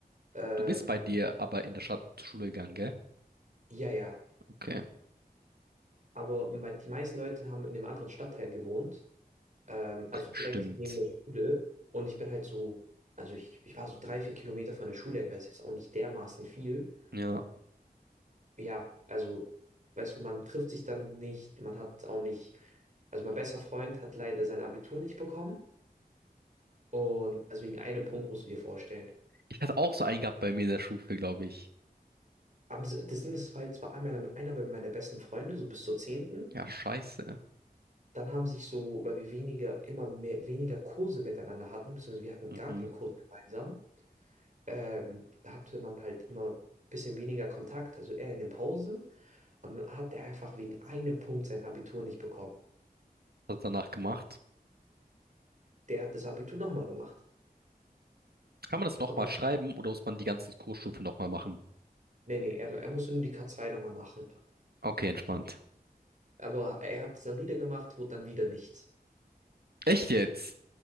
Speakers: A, on the right (about 50°); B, on the right (about 80°).
A: Ähm,
B: Du bist bei dir aber in der Stadt zur Schule gegangen, gell?
A: ja, ja,
B: Okay,
A: aber me- die meisten Leute haben in einem anderen Stadtteil gewohnt, ähm, also direkt
B: stimmt.
A: neben der Schule. Und ich bin halt so, also ich, ich war so drei, vier Kilometer von der Schule entfernt, ist jetzt auch nicht dermaßen viel.
B: Ja.
A: ja, also, weißt du, man trifft sich dann nicht, man hat auch nicht, also mein bester Freund hat leider sein Abitur nicht bekommen und also wegen einem Punkt musst du dir vorstellen.
B: Ich hatte auch so einen gehabt bei mir in der Schule, glaube ich.
A: Aber das, das Ding ist halt, es war einmal einer, einer meiner besten Freunde, so bis zur zehnten
B: Ja, scheiße.
A: Dann haben sich so, weil wir weniger, immer mehr, weniger Kurse miteinander hatten, beziehungsweise wir hatten
B: Mhm.
A: gar keinen Kurs gemeinsam, ähm, da hatte man halt immer ein bisschen weniger Kontakt, also eher in den Pausen. Und dann hat der einfach wegen einem Punkt sein Abitur nicht bekommen.
B: Was hat er danach gemacht?
A: Der hat das Abitur nochmal gemacht.
B: Kann man das nochmal
A: Aber
B: schreiben oder muss man die ganzen Kursstufe nochmal machen?
A: nee, nee, er, er muss nur die K2 nochmal machen.
B: Okay, entspannt.
A: Aber er hat es dann wieder gemacht, wurde dann wieder nichts.
B: Echt jetzt?